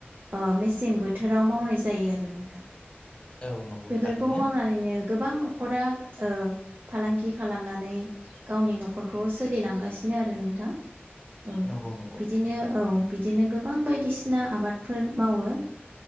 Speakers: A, on the right; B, on the left.
A: ओ मेसें बोथोराव मावनाय जायो आरो नोंथां।
B: औ नंगौ
A: बेफोरखौ
B: थारैनो
A: मावनानैनो। गोबां नखरा ओ फालांगि खालाम नानै गावनि नखरखौ सोलिलांगासिनो आरो नोंथां। औ
B: नंगौ नंगौ
A: बिदिनो औ बिदिनो गोबां बायदिसिना आबादफोर मावो